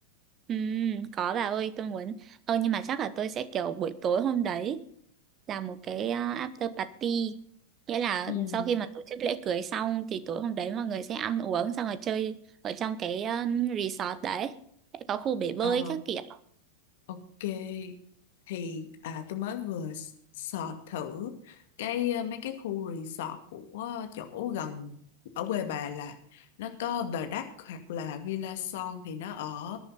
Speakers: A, on the right; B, on the left.
A: Ừ, có bà ơi, tôi muốn. Ờ nhưng mà chắc là tôi sẽ kiểu buổi tối hôm đấy là một cái ờ, after party nghĩa là
B: ừ
A: sau khi mà tổ chức lễ cưới xong thì tối hôm đấy mọi người sẽ ăn uống xong rồi chơi ở trong cái ờ, resort đấy sẽ có khu bể bơi
B: ờ
A: các kiểu
B: Ok, thì à, tôi mới vừa s- search thử cái ờ, mấy cái khu resort của chỗ gần ở quê bà là nó có Bà Đắc hoặc là Villa Son thì nó ở